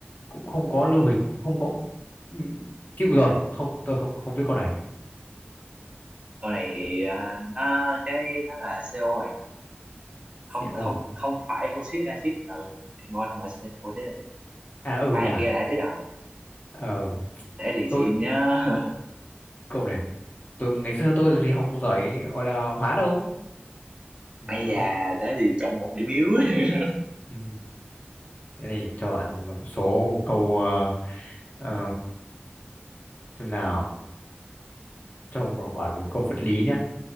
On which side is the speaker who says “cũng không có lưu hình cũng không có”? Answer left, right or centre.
Left